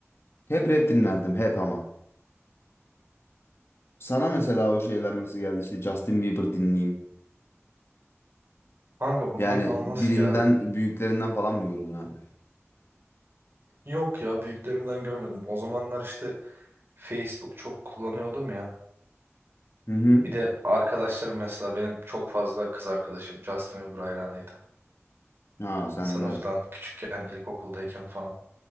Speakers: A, on the left; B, on the right.
A: Hep rap dinlerdim hep ama. Sana mesela o şeyler nasıl geldi? İşte Justin Bieber dinleyeyim.
B: Kanka bunlar
A: Yani
B: bana
A: birinden
B: nasıl geldi?
A: büyüklerinden falan mı gördün abi?
B: Yok ya büyüklerimden görmedim. O zamanlar işte Facebook çok kullanıyordum ya.
A: Hı hı.
B: Bir de arkadaşlarım mesela benim çok fazla kız arkadaşım Justin Bieber hayranıydı.
A: Ha sen
B: Sınıftan
A: de.
B: küçükken ilkokuldayken falan.